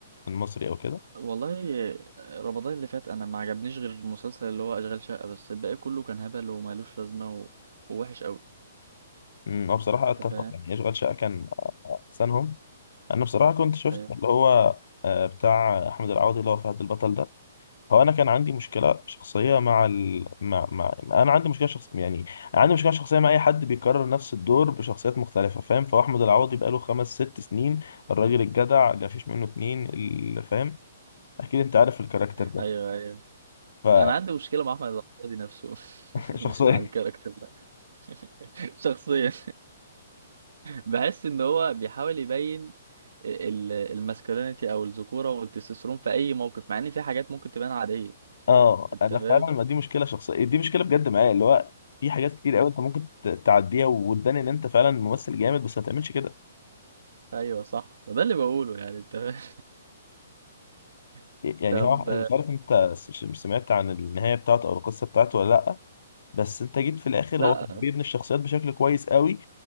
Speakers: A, on the left; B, on the right.
A: المصري او كده
B: والله رمضان اللي فات انا ما عجبنيش غير المسلسل اللي هو اشغال شقه بس الباقي كله كان هبل ومالوش لازمه و... ووحش قوي
A: امم، هو بصراحه
B: انت
A: اتفق
B: فاهم
A: يعني اشغال شقه كان احسنهم انا بصراحه كنت شفت
B: ايوه
A: اللي هو آه، بتاع احمد العوضي اللي هو فهد البطل ده هو انا كان عندي مشكله شخصيه مع ال... مع... مع انا عندي مشكله شخص يعني انا عندي مشكله شخصيه مع اي حد بيكرر نفس الدور بشخصيات مختلفه فاهم فهو احمد العوضي بقاله خمس ست سنين الراجل الجدع اللي مفيش منه اتنين اللي فاهم اكيد انت عارف الكاركتر
B: ايوه ايوه
A: ده
B: انا عندي مشكله مع احمد العوضي نفسه <laughs> مش
A: شخصيه
B: مع الكاركتر لا <laughs> شخصيا بحس ان هو بيحاول يبين الماسكولينيتي او الذكوره والتستوستيرون في اي موقف مع ان في حاجات ممكن تبان عاديه
A: اه
B: انت
A: انا
B: فاهم
A: فعلا ما دي مشكله شخصيه دي مشكله بجد معايا اللي هو في حاجات كتير قوي انت ممكن ت- تعديها وتبان ان انت فعلا ممثل جامد بس ما تعملش كده
B: ايوه صح وده اللي بقوله يعني انت فاهم <laughs>
A: يعني
B: طب
A: هو مش عارف انت س- مش سمعت عن النهايه بتاعته او القصه بتاعته ولا لا بس انت جيت في الاخر
B: لا
A: هو كان بيبني الشخصيات بشكل كويس قوي